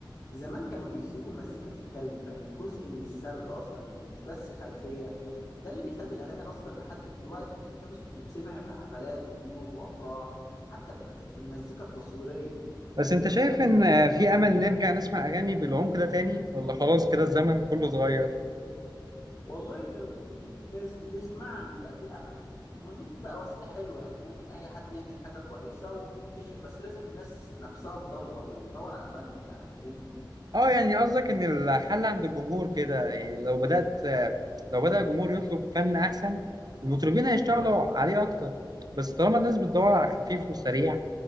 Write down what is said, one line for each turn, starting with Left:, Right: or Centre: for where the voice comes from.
Left: زمان كانوا بيسيبوا المزيكا تتكلم كانت جزء من السرد اصلا يعني مش بس خلفية ده اللي بيخلي الأغاني أصلا لحد دلوقتي بتتحفظ وتتسمع في حفلات وبيوت وأفراح حتى الم- في المزيكا التصويرية
Right: بس انت شايف ان آه، في امل نرجع نسمع اغاني بالعمق ده تاني ولا خلاص كده الزمن كله اتغير
Left: والله لو في ناس بتسمع يبقى في أمل والن- والنت بقى وسيلة حلوة يعني ممكن أي حد يعمل حاجة كويسة وتنتشر بس لازم الناس نفسها تدور يعني تدور على الفن مش على الترند
Right: اه يعني قصدك ان الحل عند الجمهور كده يعني لو بدأت لو بدأ الجمهور يطلب فن احسن المطربين هيشتغلوا عليه اكتر بس طالما الناس بتدور على خفيف وسريع